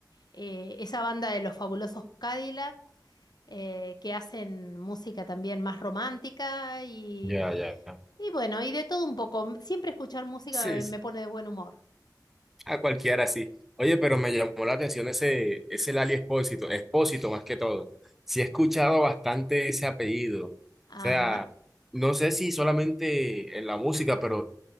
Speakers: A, on the left; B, in the centre.
A: eh, esa banda de los fabulosos Cadillac eh, que hacen música también más romántica y,
B: Ya, ya. ya.
A: y bueno, y de todo un poco. Siempre escuchar música
B: Sí,
A: me
B: sí,
A: me pone de buen humor.
B: a cualquiera así. Oye, pero me llamó la atención ese, ese Lali Expósito, Expósito más que todo. Sí he escuchado bastante ese apellido. O
A: Ajá.
B: sea, no sé si solamente en la música, pero